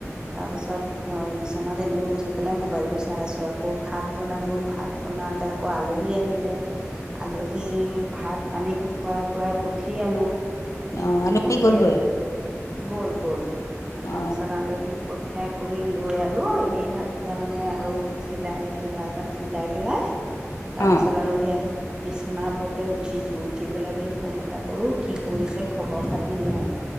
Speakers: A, on the right; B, on the left.
A: তাৰপাছত মই বিচনাত এনেই উঠি পেলাই মোবাইলটো চাই আছোঁ, আকৌ ভাত বনালোঁ ভাত বনাওতে আকৌ আলহী আহিলে আলহীক ভাত পানী খোৱাই বোৱাই পঠিয়ালোঁ।
B: অ আলহী
A: পঠিয়াই,
B: গ'লগৈ
A: গ'ল-গ'ল, তাৰপিছত
B: অ
A: আলহীক পঠিয়াই কৰি লৈ আৰু এইয়া এতিয়া মানে আৰু চিলাই কিবা এটা চিলাই পেলাই তাৰপিছত
B: অ
A: আৰু সেয়া। বিছনাৰ ওপৰতে উঠিছো, উঠি পেলাই বোলো ফোন এটা কৰো, কি কৰিছে খবৰ খাতি লওঁ।